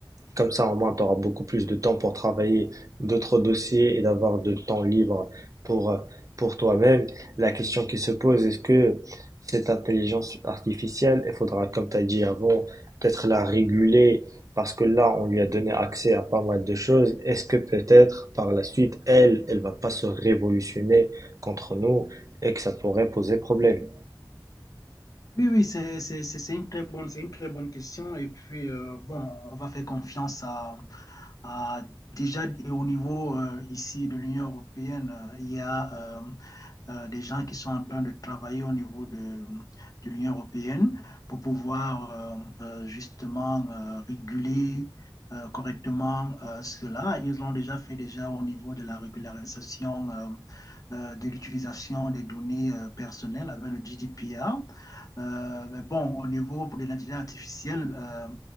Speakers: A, on the right; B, on the left.
A: comme ça, au moins, tu auras beaucoup plus de temps pour travailler d'autres dossiers et d'avoir de temps libre pour, euh, pour toi-même. La question qui se pose, est-ce que cette intelligence artificielle, il faudra, comme tu as dit avant, peut-être la réguler parce que là, on lui a donné accès à pas mal de choses. Est-ce que peut-être par la suite, elle, elle va pas se révolutionner contre nous et que ça pourrait poser problème?
B: Oui, oui, c'est c'est- c'est- c'est une très bonne, c'est une très bonne question. Et puis, euh, bon, on va faire confiance à, Ah, déjà, et au niveau euh, ici de l'Union européenne, euh, il y a euh, euh, des gens qui sont en train de travailler au niveau de, de l'Union européenne pour pouvoir euh, euh, justement euh, réguler euh, correctement euh, cela. Ils l'ont déjà fait déjà au niveau de la régularisation euh, euh, de l'utilisation des données euh, personnelles avec le GDPR. Euh, mais bon, au niveau pour l'identité artificielle, euh,